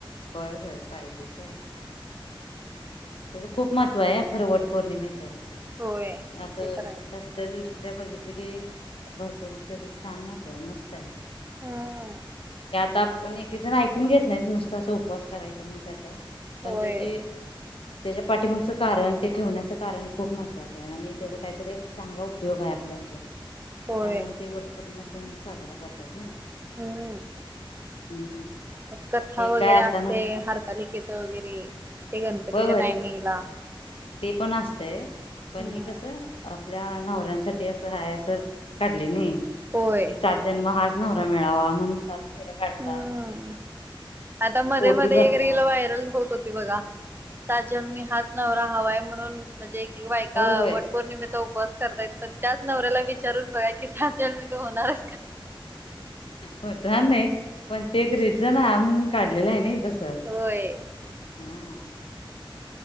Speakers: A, on the left; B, on the right.
A: होय होय पाहिजे पाहिजे. त्याचं खूप महत्त्व आहे खरं वटपौर्णिमेच असं
B: होय ते तर आहे.
A: शा त्या दृष्ट्या बघितलं की भरपूर त्याचं छान महत्त्व आहे, मस्त आहे.
B: हां.
A: तर आपण एक एक जण ऐकून घेत नाहीत, नुसतं असा उपवास करायचा म्हणून करतात पण
B: होय.
A: त्याजी त्याच्या पाठी मागचं कारण ते ठेवण्याचं कारण खूप महत्त्वाचं आहे आणि
B: हम्म.
A: त्याच काहीतरी एक चांगला उप उपयोग आहे आपल्या ह्याच्यात त्यामुळे
B: होय.
A: ते वटपौर्णिमा सण साजरा करतात नाही
B: हम्म
A: हम्म.
B: कथा
A: हे काय
B: वगैरे
A: आता
B: असते
A: नसतं
B: हरतालीका वगैरे ते गणपतीच्या
A: होय होय
B: टायमिंगला
A: ते पण असतय पण
B: हम्म
A: हे कसं आपल्या नवऱ्यांसाठी असं रहायचं असं काढलय ना.
B: होय.
A: कि सात जन्म हाच नवरा मिळावा म्हणून सात फेऱ्या काढतात
B: हम्म आता मध्ये
A: ओटी
B: मध्ये
A: भरतात.
B: एक रीली व्हायरल होत होती बघा. सात जन्मी हाच नवरा हवाय म्हणून म्हणजे एक बायका
A: होय होय
B: वट. पौर्णिमेचा उपवास करतायत पण त्याच नवऱ्याला विचारून बघा की सात जन्मी तू होणार आहेस का?
A: होणार नाही पण ते एक रिजन आहे म्हणून काढलेलं आहे ना तसं.
B: होय्
A: हा.